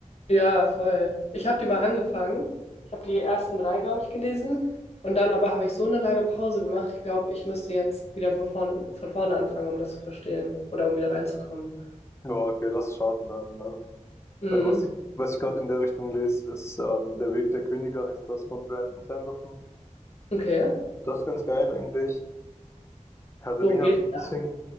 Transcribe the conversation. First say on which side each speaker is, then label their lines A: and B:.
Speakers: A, on the left; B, on the left.
A: Ja, voll. Ich habe die mal angefangen. Ich habe die ersten drei, glaube ich, gelesen. Und dann aber habe ich so eine lange Pause gemacht. Ich glaube, ich müsste jetzt wieder von vorn, von vorne anfangen, um das zu verstehen oder um wieder reinzukommen.
B: Ja, okay, das ist schade dann. Ne?
A: Mhm.
B: Also was ich, was ich gerade in der Richtung lese, ist ähm, Der Weg der Könige heißt das von Brandon Sanderson.
A: Okay.
B: Das ist ganz geil eigentlich. Herr der
A: Worum
B: Ringe
A: geht's?
B: habe ich ein bisschen.